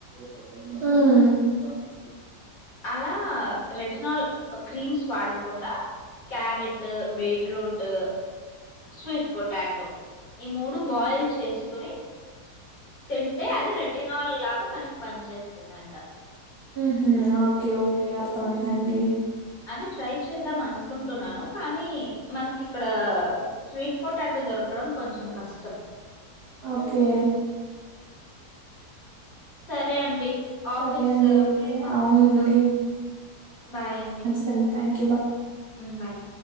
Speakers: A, on the right; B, on the left.
A: ఆ
B: అలా రెటినాల్ క్రీమ్స్ వాడకుండా క్యారెట్ బీట్రూట్ స్వీట్ పొటాటో ఈ మూడు బాయిల్ చేసుకుని తింటే అది రెటినాల్ లాగా మనకి పని చేేస్తుందంట
A: హ ఓకే ఓకే అర్థమైందండి
B: అది ట్రై చేద్దాం అను అనుకుంటున్నాను కానీ మనకి ఇక్కడ స్వీట్ పొటాటో దొరకడం కొంచెం కష్టం
A: ఓకే
B: సరే అండి ఆఫీస్
A: సరే అండి అయితే
B: ఆఫీస్
A: అవునండి
B: బాయ్ అండి
A: సంతాం
B: బాయ్